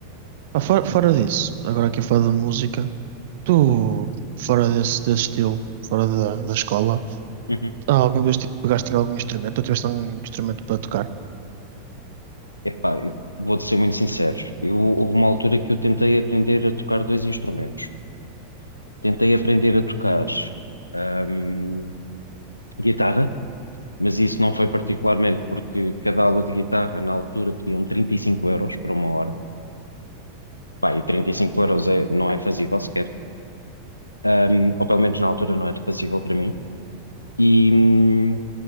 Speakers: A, on the right (about 55°); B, on the left (about 80°).
A: Ah, fora, fora disso, agora aqui a falar de música. Tu, fora desse, desse estilo, fora da, da escola,
B: Uhum.
A: ah, alguma vez tipo, pegaste em algum instrumento ou tiveste algum instrumento para tocar?
B: epá, eu vou-te ser muito sincero, eu, houve uma altura que eu tentei aprender a tocar dois instrumentos. Tentei aprender a tocar, hum, guitarra mas isso não foi particularmente porque cada aula de guitarra na altura pediam 35 euros para uma hora. Pá, e 35 euros é- não é fazível sequer. Um, ou pelo menos na altura não era fazível para mim. E, hum,